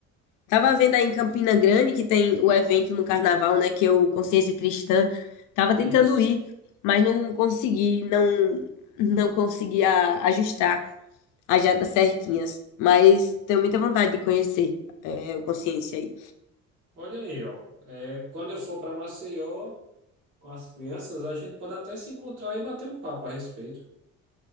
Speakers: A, on the left (about 75°); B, on the right (about 40°).
A: Tava vendo aí em Campina Grande que tem o evento no carnaval, né? Que é o Consciência Cristã. Tava
B: Isso.
A: tentando ir, mas não consegui, não não consegui a- ajustar as datas certinhas. Mas tenho muita vontade de conhecer é, o Consciência aí.
B: Olha aí, ó. É, quando eu for para Maceió com as crianças, a gente pode até se encontrar e bater um papo a respeito.